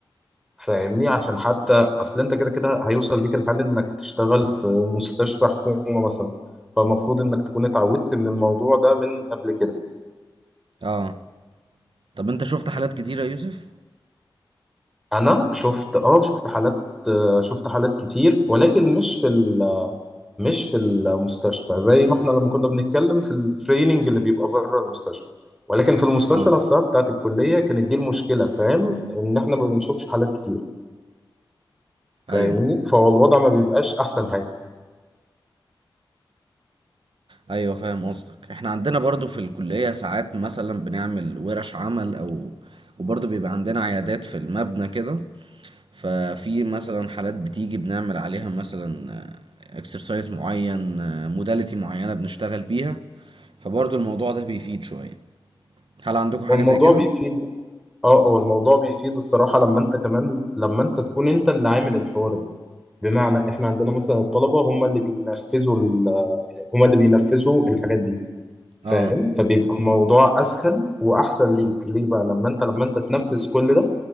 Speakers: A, in the centre; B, on the right (about 85°).
A: فاهمني عشان حتى اصل انت كده كده هيوصل بيك الحال انك هتشتغل في مستشفى حكومة مثلا فالمفروض انك تكون اتعودت من الموضوع ده من قبل كده
B: اه طب انت شفت حالات كتيرة يا يوسف
A: انا شفت اه شفت حالات آه، شفت حالات كتير ولكن مش في ال- مش في المستشفى زي ما احنا لما كنا بنتكلم في التريننج اللي بيبقى بره المستشفى ولكن في المستشفى
B: اه
A: نفسها بتاعت الكلية كانت دي المشكلة فاهم ان احنا ما بنشوفش حالات كتير فاهمني
B: ايوه
A: فهو الوضع ما بيبقاش احسن حاجة
B: ايوه فاهم قصدك احنا عندنا برضو في الكلية ساعات مثلا بنعمل ورش عمل او وبرضو بيبقى عندنا عيادات في المبنى كده ففي مثلا حالات بتيجي بنعمل عليها مثلا اكسرسايز معين موداليتي معينة بنشتغل بيها فبرضو الموضوع ده بيفيد شوية هل عندكم حاجة
A: والموضوع
B: زي كده
A: بيفيد اه هو الموضوع بيفيد الصراحة لما انت كمان لما انت تكون انت اللي عامل الحوار ده بمعنى احنا عندنا مثلا الطلبة هم اللي بينفذوا ال- هم اللي بينفذوا الحاجات دي فاهم
B: اه
A: فبيبقى الموضوع اسهل واحسن ليك ليه بقى لما انت لما انت تنفذ كل ده